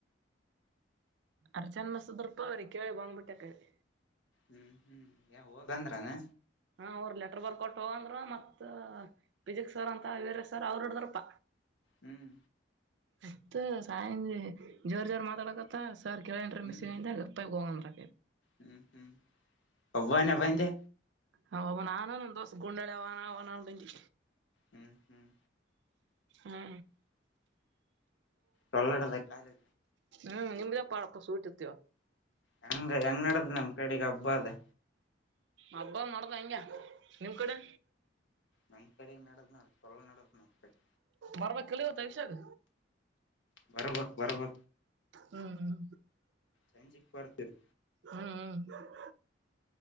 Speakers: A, on the right (about 70°); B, on the left (about 80°).
A: ಅರ್ಚನ್ ಮಾಸಿದರ್ಪ ಅವರ್ ಕೇಳಿ ಬಂದ್ಬಿಟ್ಟೆ ಅತೆಗೆ.
B: ಹ್ಮ್ ಹ್ಮ್ ಯ ಹೋಗಂದ್ರಾನಾ
A: ಹಾ ಅವರು ಲೆಟರ್ ಬರ್ಕೊಟ್ಟ ಹೋಗಂದ್ರೂ ಮತ್ ಪಿಸಿಕ್ಸ್ ಸರ್ ಅಂತ ಅವರೇ ಸರ್ ಅವ್ರ ಹಿಡದ್ರಪ್ಪ.
B: ಹ್ಮ್
A: ಮತ್ತ್ ಸಾಯಂದ್ ಜೋರ್ ಜೋರ್ ಮಾತಾಡಕ್ ತ್ತ ಸರ್ ಕೇಳ್ಯಾಂದ್ರೆ
B: ಹ್ಮ್
A: ಮಿಸ್ಂದ್ ಲೇಪ್ಪಟಾಗ ಹೋಗ ಅಂದ್ರು
B: ಹ್ಮ್ ಹ್ಮ್ ಒಬನೆ ಬಂದೆ
A: ಹ ಒಬ್ಬ ನಾನ ಒಂದು ದೋಸ್ತ್ ಗುಂಡಾಳ ವಣ ಬಂದಿ.
B: ಹ್ಮ್ ಹ್ಮ್
A: ಹಾ
B: ಕನ್ನಡದ ಕಾಲಿ
A: ಹ್ಮ್ ನಿಮ್ದಪ್ಪಾ ಅಪ್ಪ ಸೂಟತೀವ್ರ
B: ಹೆಂಗ್ ಹೆಂಗ ನಡದ್ ನಮ್ ಕಡೆಗ್ ಹಬ್ಬ ಅದೆ.
A: ಹಬ್ಬ ಮಾಡ್ದ್ ಹೆಂಗೆ ನಿಮ್ ಕಡೆ
B: ನಮ್ಮ ಕಡೆ ನಡೆದನ್ನ ಅ ಕೊಲ್ ನಡೆದನ್ನ ನಮ್ಮ ಕಡೆ
A: ಬರಬೇಕ್ ಇಲ್ಲಿ ತೈಷಾದ್
B: ಬರ್ಬಕ್ ಬರ್ಬಕ್
A: ಹ್ಮ್ ಹ್ಮ
B: ಸಂಜಿಕ್ ಬರ್ತಿರ್
A: ಹ್ಮ್ ಹ್ಮ್